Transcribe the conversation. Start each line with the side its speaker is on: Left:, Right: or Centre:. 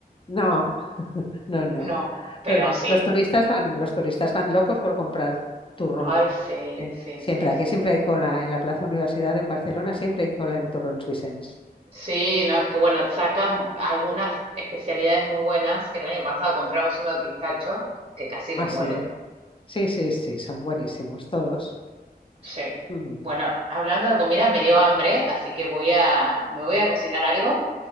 Left: No, no, no.
Right: No, pero
Left: Pero
Right: sí.
Left: los turistas van, los turistas van locos por comprar turrón.
Right: Ay, sí,
Left: Eh,
Right: sí,
Left: Siempre,
Right: sí,
Left: aquí
Right: sí.
Left: siempre hay cola. En la Plaza Universidad en Barcelona siempre hay cola en turrons Vicens.
Right: Sí, no, es que bueno, sacan algunas especialidades muy buenas. El año pasado compramos uno de pistacho, que casi me
Left: Ah,
Right: muero.
Left: sí. Sí, sí, sí, son buenísimos todos.
Right: Sí.
Left: Mm.
Right: Bueno, hablando de comida, me dio hambre, así que voy a, me voy a cocinar algo,